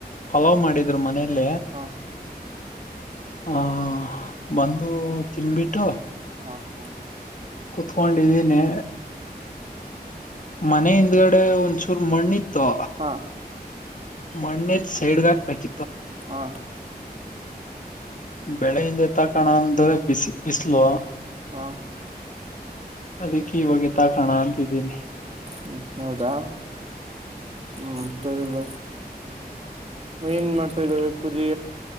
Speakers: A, on the left; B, on the right.
A: ಪಲಾವ್ ಮಾಡಿದ್ರು ಮನೇಲ್ಲ
B: ಹಾ
A: ಹ ಬಂದು ತಿನ್ಬಿಟ್ಟು
B: ಹಾ ಹಾ
A: ಕುತ್ಕೊಂಡಿದೀನಿ ಮನೆ ಹಿಂದ್ಗಡೆ ಒಂದ್ಸೂರು ಮಣ್ಣಿ ತ
B: ಹಾ
A: ಮಣ್ಣ ಹೆತ್ತ ಸೈಡ್ಗಾಕ ಪ್ರಚ
B: ಹಾ
A: ಬೆಳಿಗ್ಗೆ ತಕೋಣ ಅಂದ್ರೆ ಬಿಸಿ ಬಿಸಲು
B: ಹಾ
A: ಅದಕ್ಕೆ ಇವಾಗೆ ತಾಕಣ ಇದಿನಿ
B: ಹ್ಮ್ ಹೌದಾ ಹ್ಮ್ ಮ ಇದು ಏನ್ ಮಾಡ್ತಾದವೆ ಕುರಿ